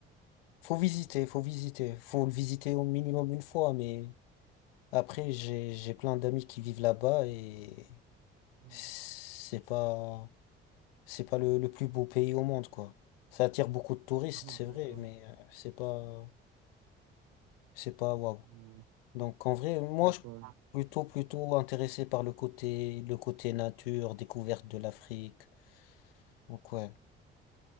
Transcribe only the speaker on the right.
Mhm.
Mhm.
D'accord.
Mhm.
D'accord.